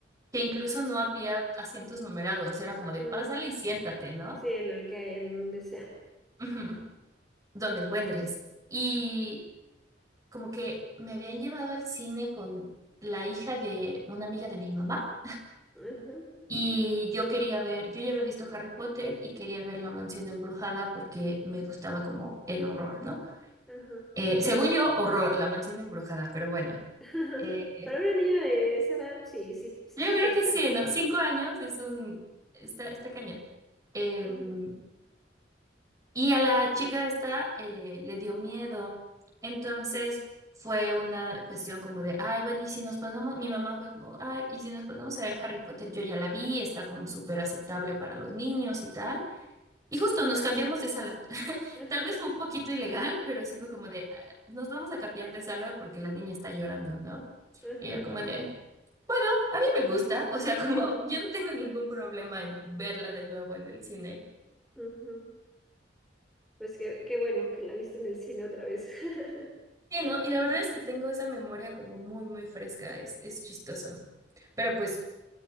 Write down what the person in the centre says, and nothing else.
mm,
Sí, en el que en donde sea.
Ajá.
Ajá.
<laughs>
Para una niña de esa edad, sí, sí, sí
se
acepta.
Ujú,
<laughs> Ajá.
Ajá.
ujú. Pues qué, qué bueno que la viste en el cine otra vez. <laughs>